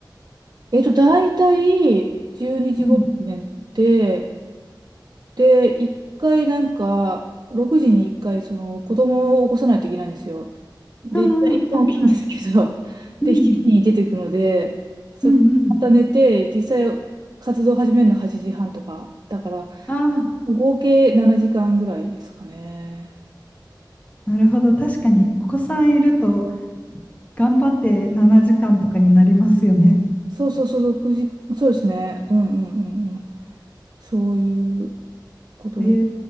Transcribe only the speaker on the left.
うん。
ああ、
はいは
い。
うん。
うんうん。
あ
あ、なるほど。確かにお子さんいると頑張って7時間とかになりますよね。
ええ